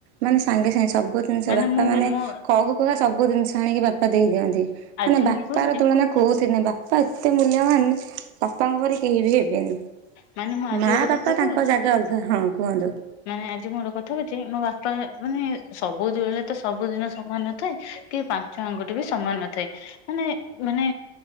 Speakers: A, on the right; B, on the left.
A: ମାନେ ସାଙ୍ଗେ ସାଙ୍ଗେ ସବୁ ଜିନିଷ
B: ମାନେ
A: ବାପାମାନେ
B: ମୁଁ ମୋ
A: କହୁ କହୁକା ସବୁ ଜିନିଷ ଆାଣିକି ବାପା ଦେଇଦିଅନ୍ତି।
B: ଆଜି
A: ମାନେ
B: ମୁଁ
A: ବାପାର
B: କହୁଛି
A: ତୁଳନା । ବାପା ଏତେ ମୂଲ୍ୟବାନ ବାପାଙ୍କ ପରି କେହି ବି ହେବେନି ।
B: ମାନେ ମୁଁ ଆଜି
A: ମା
B: ଗୋଟେ
A: ବାପା
B: କଥା
A: ତାଙ୍କ
B: କହୁଛି
A: ଜାଗା ଅଲଗା । ହଁ କୁହଁନ୍ତୁ।
B: ମାନେ ଆଜି ମୁଁ ଗୋଟେ କଥା କହୁଛି ମୋ ବାପା ମାନେ ସବୁ ବଳେ ତ ସବୁଦିନ ସମାନ ନଥାଏ ।କି ପାଞ୍ଚ ଆଙ୍ଗୁଠି ବି ସମାନ ନଥାଏ ।ମାନେ ମାନେ